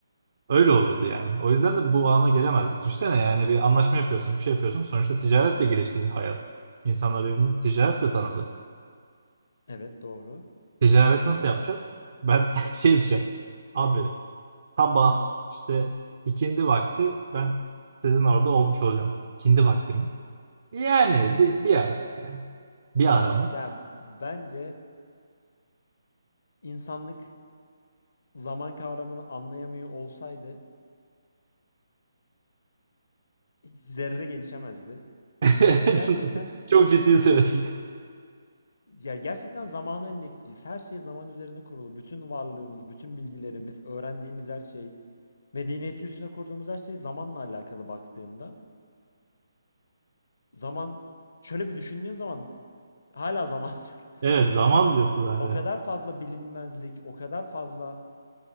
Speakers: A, on the right; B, on the left.
A: Öyle olurdu yani. O yüzden de bu ana gelemezdik. Düşünsene yani bir anlaşma yapıyorsun, bir şey yapıyorsun. Sonuçta ticaretle gelişti hayat. İnsanlar birbirini ticaretle tanıdı.
B: Evet doğru.
A: Ticaret nasıl yapacağız? Ben <laughs> şey diyeceğim. Abi sabah işte ikindi vakti ben sizin orada olmuş olacağım. İkindi vakti mi? Yani bir, bir ara yani. Bir ara mı?
B: Yani bence insanlık zaman kavramını anlayamıyor olsaydı hiç zerre gelişemezdi.
A: <laughs>
B: Çünkü gerçekten
A: Çok ciddi söyledik.
B: ya gerçekten zamana endeksliyiz. Her şey zaman üzerine kurulu. Bütün varlığımız, bütün bilgilerimiz, öğrendiğimiz her şey, medeniyeti üstüne kurduğumuz her şey zamanla alakalı baktığında Zaman şöyle bir düşündüğün zaman hala zaman <laughs> diyorum.
A: Evet zaman diyorsun zaten.
B: O kadar fazla bilinmezlik, o kadar fazla